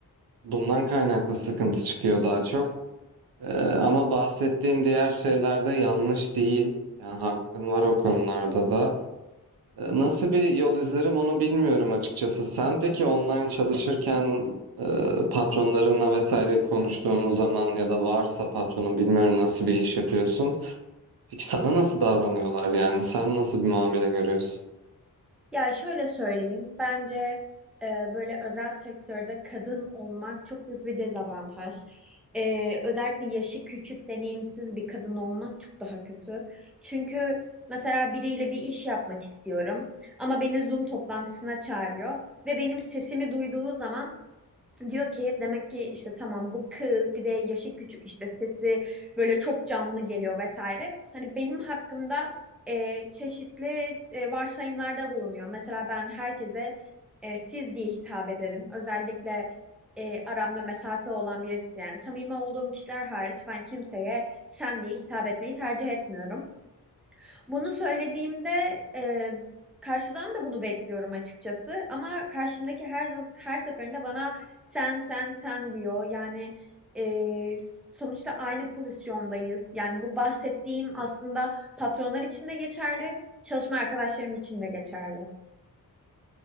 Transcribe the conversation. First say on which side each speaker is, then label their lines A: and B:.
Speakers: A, on the right; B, in the centre.
A: Bundan kaynaklı sıkıntı çıkıyor daha çok. Eee, ama bahsettiğin diğer şeyler de yanlış değil. Yani hakkın var o konularda da. E, Nasıl bir yol izlerim onu bilmiyorum açıkçası. Sen peki online çalışırken e, patronlarınla vesaire konuştuğun zaman ya da varsa patronun bilmiyorum nasıl bir iş yapıyorsun. Peki sana nasıl davranıyorlar yani? Sen nasıl bir muamele görüyorsun?
B: Ya şöyle söyleyeyim, bence e, böyle özel sektörde kadın olmak çok büyük bir dezavantaj. E, özellikle yaşı küçük, deneyimsiz bir kadın olmak çok daha kötü. Çünkü mesela biriyle bir iş yapmak istiyorum ama beni Zoom toplantısına çağırıyor ve benim sesimi duyduğu zaman Diyor ki demek ki işte tamam bu kız bir de yaşı küçük işte sesi böyle çok canlı geliyor vesaire. Hani benim hakkımda e, çeşitli e, varsayımlarda bulunuyor. Mesela ben herkese e, siz diye hitap ederim. Özellikle e, aramda mesafe olan birisi yani samimi olduğum kişiler hariç ben kimseye sen diye hitap etmeyi tercih etmiyorum. Bunu söylediğimde e, karşıdan da bunu bekliyorum açıkçası. Ama karşımdaki her zam- her seferinde bana sen sen sen diyor. Yani e, sonuçta aynı pozisyondayız. Yani bu bahsettiğim aslında patronlar için de geçerli, çalışma arkadaşlarım için de geçerli.